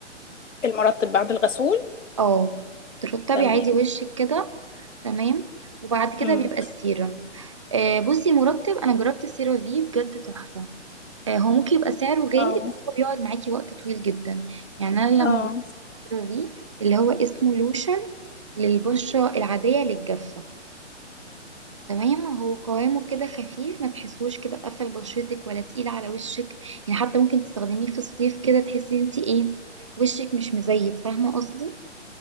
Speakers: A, on the left; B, on the right.
A: المرطب بعد الغسول
B: اه ترطبي
A: تمام
B: عادي وشك كده تمام وبعد كده
A: مم.
B: بيبقى السيرم آه بصي مرطب انا جربت السيرافي بجد تحفة آه هو ممكن يبقى سعره غالي
A: اه
B: بس هو بيقعد معاكي وقت طويل جدا يعني انا لما
A: اه
B: جربت السيرافي اللي هو اسمه لوشن للبشرة العادية للجافة تمام هو قوامه كده خفيف ما تحسوش كده قفل بشرتك ولا تقيل على وشك يعني حتى ممكن تستخدميه في الصيف كده تحسي انت ايه وشك مش مزيت فاهمة قصدي